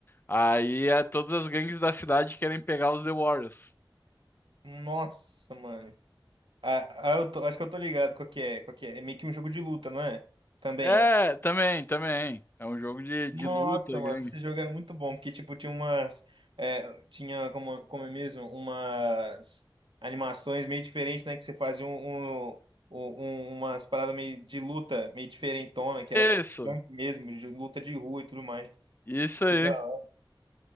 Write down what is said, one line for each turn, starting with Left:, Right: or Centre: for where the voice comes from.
Left: Aí é, todas as gangues da cidade querem pegar os The Warriors.
Right: Nossa, mano. Ah, ah, eu tô- acho que eu tô ligado qual que é, qual que é. É meio que um jogo de luta, não é? Também.
Left: É, também, também. É um jogo de, de
Right: Nossa,
Left: luta, gangue.
Right: mano, esse jogo era muito bom, porque, tipo, tinha umas. é, tinha, como, como é mesmo, umas animações meio diferentes, né? Que você fazia um, um, um- umas paradas meio de luta, meio diferentona, que era
Left: Isso,
Right: punk mesmo, de luta de rua e tudo mais.
Left: isso aí.
Right: Que da hora.